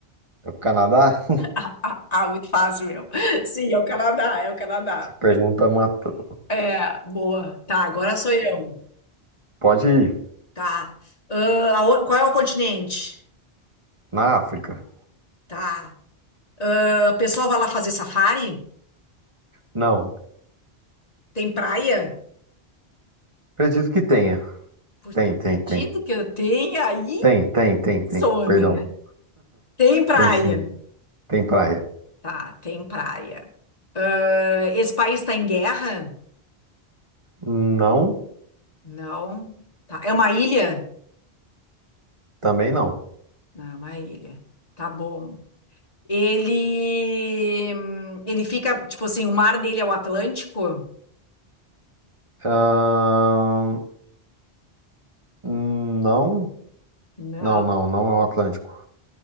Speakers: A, on the right; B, on the left.
A: É o Canadá?
B: Ah, ah, ah, muito fácil, meu. Sim, é o Canadá, é o Canadá.
A: Essa Pergunta matou.
B: É, boa. Tá, agora sou eu.
A: pode ir.
B: Tá. Ah, aon- qual é o continente?
A: Na África?
B: Tá. Ah, o pessoal vai lá fazer safari?
A: Não.
B: Tem praia?
A: Acredito que tenha.
B: Puta,
A: Tem,
B: acredito
A: tem, tem.
B: que eu tenha aí.
A: Tem, tem, tem, tem.
B: Sou,
A: Perdão.
B: né? Tem praia.
A: Tem sim. Tem praia.
B: Tá, tem praia. Ah, esse país está em guerra?
A: Não,
B: Não. Tá. É uma ilha?
A: também não.
B: Não, é uma ilha. Tá bom. Ele. hum, Ele fica, tipo assim, o mar dele é o Atlântico?
A: Ahn, não,
B: Não.
A: não, não, não é o Atlântico.